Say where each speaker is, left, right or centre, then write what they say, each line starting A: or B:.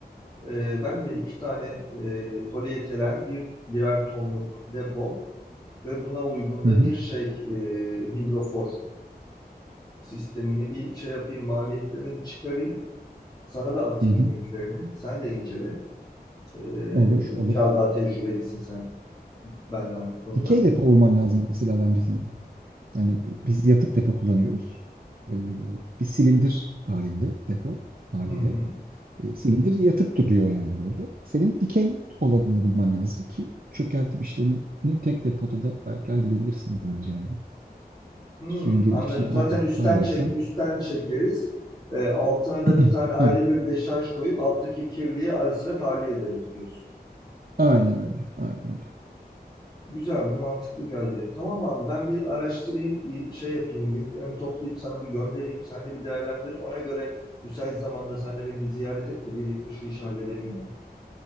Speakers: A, on the left (about 25°); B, on the right (about 60°).
A: Ee, ben de iki tane e, polietilen bir birer tonluk depo ve buna uygun
B: Hı
A: da
B: hı.
A: bir şey e, hidrofor sistemini bir şey yapayım, maliyetlerini bir çıkarayım. Sana da atayım
B: Hı hı.
A: linklerini. Sen de incele. Ee,
B: Olur, olur.
A: biraz daha tecrübelisin sen benden bu konuda.
B: Dikey depo olman lazım mesela bence senin. Yani b- biz yatık depo kullanıyoruz. Ee, bir silindir halinde depo haliyle.
A: Hı hı.
B: Ee, silindir yatık duruyor yani böyle. Senin dikey olanını bulman lazım ki çökeltim işlemini tek depoda da belki halledebilirsin böylece yani.
A: Hmm,
B: Suyun girişini
A: anladım. Zaten
B: alttan
A: üstten
B: verirsen.
A: çek üstten çekeriz. Ee, altına da
B: <clears throat>
A: bir tane ayrı
B: Evet.
A: bir deşarj koyup alttaki kirliyi ara sıra tahliye ederiz diyorsun.
B: Aynen öyle. Aynen öyle.
A: Güzel, bu mantıklı geldi. Tamam abi, ben bir araştırayım, bir şey yapayım, linklerini toplayıp sana bir göndereyim. Sen de bir değerlendir. Ona göre müsait zamanda sen de beni bir ziyaret et de birlikte şu işi halledelim ya.